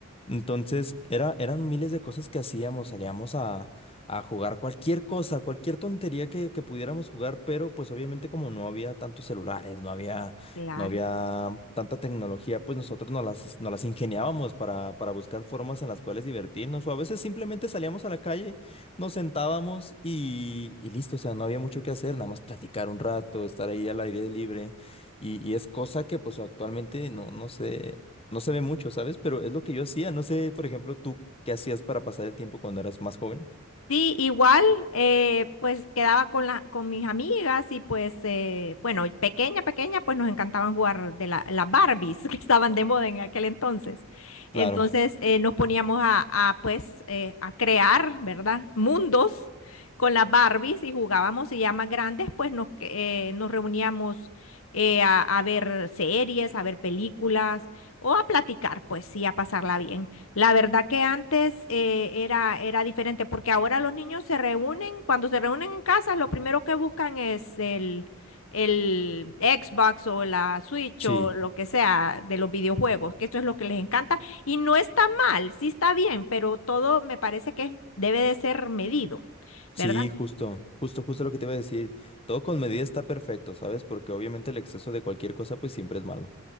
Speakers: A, on the left (about 25°); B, on the left (about 75°).
A: Entonces, era, eran miles de cosas que hacíamos, salíamos a, a jugar cualquier cosa, cualquier tontería que, que pudiéramos jugar, pero pues obviamente como no había tantos celulares, no había,
B: claro.
A: no había tanta tecnología, pues nosotros nos las, nos las ingeniábamos para, para buscar formas en las cuales divertirnos, o a veces simplemente salíamos a la calle, nos sentábamos y, y listo, o sea, no había mucho que hacer, nada más platicar un rato, estar ahí al aire libre. Y, y es cosa que pues actualmente no, no sé, no se ve mucho, ¿sabes? Pero es lo que yo hacía. No sé, por ejemplo, tú qué hacías para pasar el tiempo cuando eras más joven.
B: Sí, igual, eh, pues quedaba con la, con mis amigas y pues, eh, bueno, pequeña, pequeña, pues nos encantaban jugar de la, las Barbies <laughs> que estaban de moda en aquel entonces.
A: Claro,
B: Entonces eh, nos poníamos a, a, pues, eh, a crear, ¿verdad? Mundos con las Barbies y jugábamos y ya más grandes, pues nos, que- eh, nos reuníamos eh, a, a ver series, a ver películas o a platicar, pues sí, a pasarla bien. La verdad que antes eh, era, era diferente, porque ahora los niños se reúnen, cuando se reúnen en casa, lo primero que buscan es el, el Xbox o la Switch
A: sí,
B: o lo que sea de los videojuegos, que esto es lo que les encanta. Y no está mal, sí está bien, pero todo me parece que debe de ser medido,
A: sí,
B: ¿verdad?
A: justo, Justo, justo lo que te iba a decir. Todo con medida está perfecto, ¿sabes? Porque obviamente el exceso de cualquier cosa pues siempre es malo.